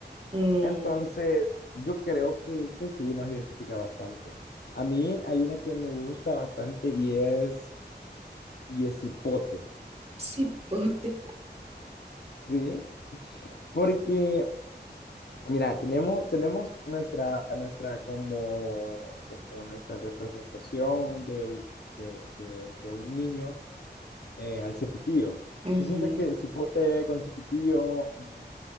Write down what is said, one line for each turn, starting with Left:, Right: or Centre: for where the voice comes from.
Right: Mm,
Left: entonces, yo creo que, que sí, nos identifica bastante. A mí hay una que me gusta bastante y es, y es hipote,
Right: cipote.
Left: ¿sí? Porque, mira, tenemos, tenemos nuestra, nuestra como, como nuestra representación de, u- de, de, de un niño eh, al cepitillo.
Right: Ujú,
Left: Yo siento que cipote con cepitillo mm,